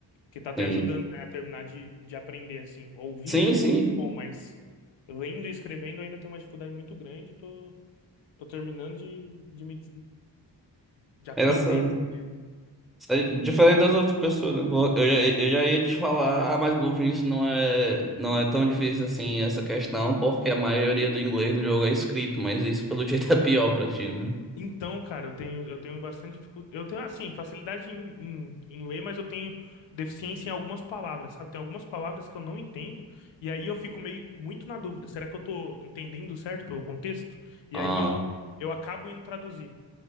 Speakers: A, on the left; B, in the centre.
A: que tá até
B: sim.
A: ajudando, né, a terminar de, de aprender assim. Ouvindo
B: Sim,
A: eu
B: sim.
A: sou muito bom, mas lendo e escrevendo eu ainda tenho uma dificuldade muito grande, tô Tô terminando de, de me de aprender.
B: Essa.
A: assim, de-
B: É Diferente das outras pessoas, né? Pô, Eu já, eu já ia te falar, ah, mas Blueprint não é, não é tão difícil assim essa questão, porque a maioria do inglês no jogo é escrito, mas isso pelo <laughs> jeito é pior pra ti, né?
A: Então, cara, eu tenho eu tenho bastante dificuldade. Eu tenho assim, facilidade em, em, em ler, mas eu tenho deficiência em algumas palavras, sabe? Tem algumas palavras que eu não entendo, e aí eu fico meio muito na dúvida. Será que eu tô entendendo certo pelo contexto? E
B: Ah,
A: aí eu eu acabo indo traduzir.